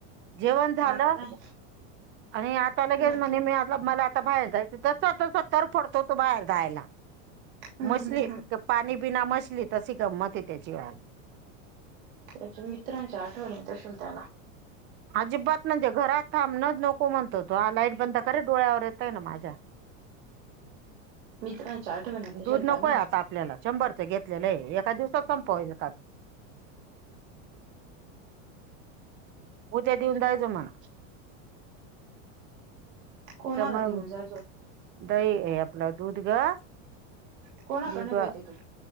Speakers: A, on the right; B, on the right.
A: जेवण झालं
B: आता काय
A: आणि आता लगेच
B: हम्
A: म्हणे मी <unintelligible> मला आता बाहेर जायच तस तस तरफडतो बाहेर जायला
B: हम्म
A: मशली
B: हम् हम
A: क पाणी बिना मचली तशी गंमत हे त्याची आज
B: त्याच्या मित्रांच्या आठवणी येत आशिल त्याला.
A: अजिबात म्हणजे घरात थांब न नको म्हणतो तो हा लाईट बंद कर डोळ्यावर ये <unintelligible> माझ्या
B: मित्रांच्या आठवण येत असेल
A: दूध
B: त्याला
A: नको ये आता आपल्याला शंभर त घेतलेलं हे एका दिवसात सपवलं का तू? उद्या देवून जायचं मना.
B: कोणाला
A: मंग
B: देऊन जायचं
A: दही हे आपल दूध गं.
B: कोणाकडनं
A: दूध
B: घेते तू